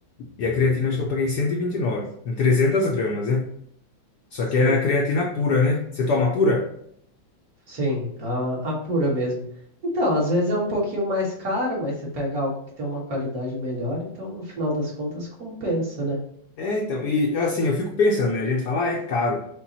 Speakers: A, on the left; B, on the right.
A: e a creatina acho
B: Uhum.
A: que eu paguei 129, em 300 gramas, né? Só
B: Sei.
A: que é a creatina pura, né? Você toma pura?
B: Sim, a, a pura mesmo. Então, às vezes é um pouquinho mais caro, mas você pega algo que tem uma qualidade melhor, então no final das contas compensa, né?
A: É, então, e assim, eu fico pensando, né? A gente fala, ah, é caro.